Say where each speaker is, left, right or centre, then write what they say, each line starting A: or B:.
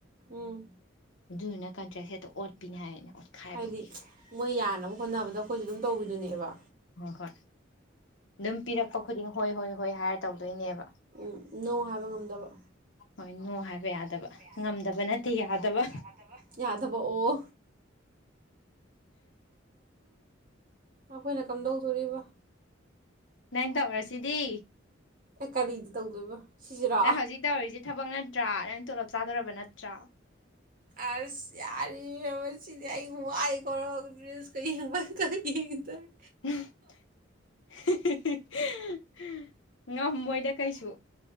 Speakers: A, on the right; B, on the left.
A: ꯎꯝ
B: ꯑꯗꯨꯗꯨꯅ ꯀꯟꯇ꯭ꯔꯦꯛ ꯍꯦꯛꯇ ꯑꯣꯠꯄꯤꯅꯤ ꯍꯥꯏꯅ ꯑꯣꯠꯈꯥꯏꯕꯅꯦ
A: ꯍꯥꯏꯗꯤ ꯃꯣꯏ ꯌꯥꯅꯕ ꯍ‌ꯣꯠꯅꯕꯗ ꯑꯩꯈꯣꯏꯁꯨ ꯑꯗꯨꯝ ꯇꯧꯕꯤꯗꯨꯅꯦꯕ
B: ꯍꯣꯏ ꯍꯣꯏ ꯑꯗꯨꯝ ꯄꯤꯔꯛꯄ ꯈꯨꯗꯤꯡ ꯍꯣꯏ ꯍꯣꯏ ꯍꯣꯏ ꯍꯥꯏꯔ ꯇꯧꯗꯣꯏꯅꯦꯕ
A: ꯎꯝ ꯅꯣ ꯍꯥꯏꯕ ꯉꯝꯗꯕ
B: ꯍꯣꯏ ꯍ‌ꯣꯏ ꯌꯥꯗꯕ
A: ꯗ
B: ꯉꯝꯗꯕ ꯅꯠꯇꯦ ꯌꯥꯗꯕ
A: ꯌꯥꯗꯕ ꯌꯥꯗꯕ ꯑꯣ ꯑꯩꯈꯣꯏꯅ ꯀꯝꯗꯧꯗꯣꯔꯤꯕ
B: ꯅꯪ ꯇꯧꯔꯁꯤꯗꯤ
A: ꯑꯦ ꯀꯔꯤꯗ ꯇꯧꯗꯣꯏꯕ ꯁꯤꯁꯤꯔꯣ
B: ꯅꯪ ꯍꯧꯖꯤꯛ ꯇꯧꯔꯤꯁꯦ ꯊꯕꯛ ꯅꯠꯇ꯭ꯔꯥ ꯅꯪ ꯇꯣꯂꯞ ꯆꯥꯗꯣꯔꯕ ꯅꯠꯇ꯭ꯔꯥ
A: ꯑꯁ ꯌꯥꯔꯤ ꯏꯕ‌ꯦꯝꯃ ꯁꯤꯗꯤ ꯑꯩ ꯋꯥꯏꯀ‌ꯣ ꯔꯤꯜꯁꯀ ꯌꯦꯡꯕꯗ ꯌꯦꯡꯗꯔꯤ
B: <unintelligible> ꯉꯝꯃꯣꯏꯗ ꯀꯥꯩꯁꯨ